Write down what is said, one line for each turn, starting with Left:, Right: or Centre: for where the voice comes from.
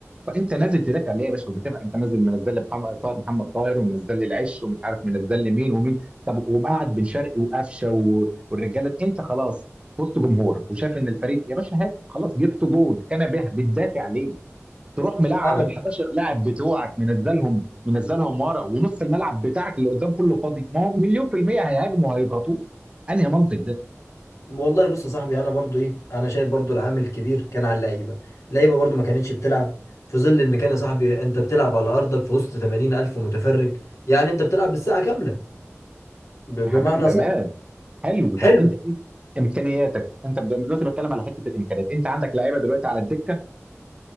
Right: فانت نازل تدافع ليه يا باشا وبتدافع انت نازل منزل لي محمد طاهر محمد طاهر ومنزل لي العش ومش عارف منزل لي مين ومين طب ومقعد بن شرقي وقفشه و- والرجاله انت خلاص وسط جمهورك وشايف ان الفريق يا باشا هاتف خلاص جبت جول كان به بتدافع ليه؟ تروح ملعب
Left: انا
Right: ال 11 لاعب بتوعك منزلهم منزلهم ورا ونص الملعب بتاعك اللي قدام كله فاضي ما هو مليون في المية هيهاجموا وهيضغطوه انهي منطق ده؟
Left: والله بص يا صاحبي انا برضو ايه انا شايف برضو العامل الكبير كان على اللعيبه اللعيبه برضو ما كانتش بتلعب في ظل ان كان يا صاحبي انت بتلعب على ارضك في وسط 80 الف متفرج يعني انت بتلعب بالساعه كامله ب- بمعنى
Right: يا حبيبي تمام
Left: صح
Right: حلو
Left: حلو
Right: طب انت إيه امكانياتك انت دلوقتي بتكلم على حته الامكانيات انت عندك لعيبه دلوقتي على الدكه